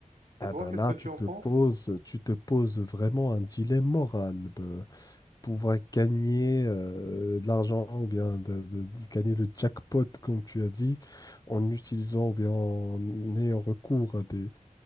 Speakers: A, on the left; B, on the right.
A: Ah
B: Et toi,
A: ben
B: qu'est-ce
A: là,
B: que tu
A: tu
B: en
A: te
B: penses?
A: poses, tu te poses vraiment un dilemme moral. ben, pouvoir gagner euh, de l'argent ou bien de- de- de gagner le jackpot, comme tu as dit, en utilisant ou bien en ayant recours à des,